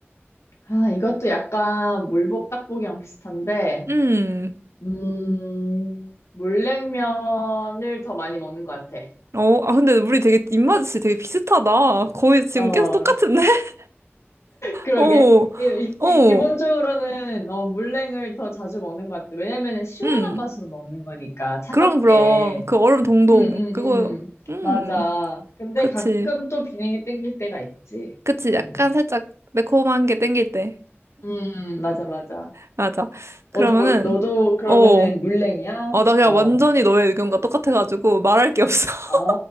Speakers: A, on the left (about 85°); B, on the right (about 80°).
A: 아, 이것도 약간 물복 닭볶이랑 비슷한데,
B: 음.
A: 음, 물냉면을 더 많이 먹는 것 같아.
B: 어, 아, 근데 우리 되게 입맛이 되게 비슷하다. 거의 지금
A: 어,
B: 계속 똑같은데? <laughs>
A: 그러게.
B: 어,
A: 예, 일-
B: 어,
A: 기, 기본적으로는 어, 물냉을 더 자주 먹는 것 같아. 왜냐면은 시원한
B: 음.
A: 맛으로 먹는 거니까 차갑게.
B: 그럼, 그럼. 그 얼음 동동.
A: 음, 음,
B: 그거,
A: 음.
B: 음.
A: 맞아. 근데
B: 그치.
A: 가끔 또 비냉이 땡길 때가 있지.
B: 그치.
A: 응.
B: 약간 살짝 매콤한 게 땡길 때.
A: 음, 맞아, 맞아.
B: 맞아. 그러면은,
A: 너도 뭘- 너도 그러면은
B: 어.
A: 물냉이야?
B: 아, 나 그냥
A: 어.
B: 완전히 너의 의견과 똑같아가지고 말할 게 없어. <laughs>
A: 아,